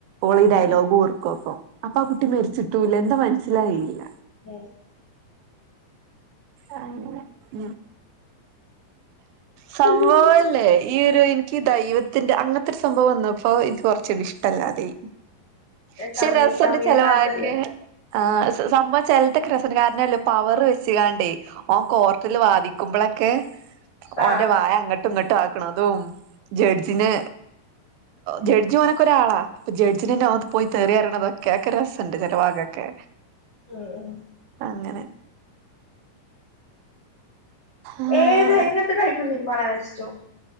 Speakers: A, on the right (about 85°); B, on the left (about 75°).
A: ഓള ഈ ഡയലോഗു
B: ഉം
A: ഓർക്കു അപ്പൊ, അപ്പൊ ആ കുട്ടി മരിച്ചിട്ടൂല്ല എന്താ മനസ്സിലായില്ല.
B: ഏഹ്
A: അങ്ങനെ ഉം, സംഭവല്ലേ.
B: ഏഹ്
A: ഈ ഒരു ഇൻക്ക് ദൈവത്തിന്റെ അങ്ങനത്തെ ഒരു സംഭവം വന്നപ്പോ എനിക്ക് കുറച്ച് ഒരു ഇഷ്ടമല്ലാതായി. പക്ഷെ,
B: തമി
A: രസണ്ട്
B: തമിഴന്മാരതല്ലേ
A: ചെലവാക്ക്. ആഹ് സംഭവം ചെൽ തൊക്ക രസണ്ട്, കാരണം പവറ് വെച്ച്കാണ്ടേ. ഓൻ കോർട്ടിൽ വാദിക്കുമ്പോളൊക്കെ
B: ആഹ്
A: ഓന്റെ വായ അങ്ങട്ട്... ട്ടുംങ്ങട്ട് ആക്കണതും, ജഡ്ജിനെ... ജഡ്ജ മനക്ക ഒരാളാ ഇപ്പൊ ജഡ്ജി ഓനൊക്കെ ഒരാള. ജഡ്ജി ഓൻ പോയി തെറി പറയിണത് ഒക്കെ കേൾക്കാൻ രസണ്ട് ചിലവാഗൊക്കെ.
B: ഉം ഉം.
A: അങ്ങനെ. ആഹ്
B: ഏത് എങ്ങനത്തെ ടൈപ്പ് സിനിമ കാണാന ഇഷ്ടം?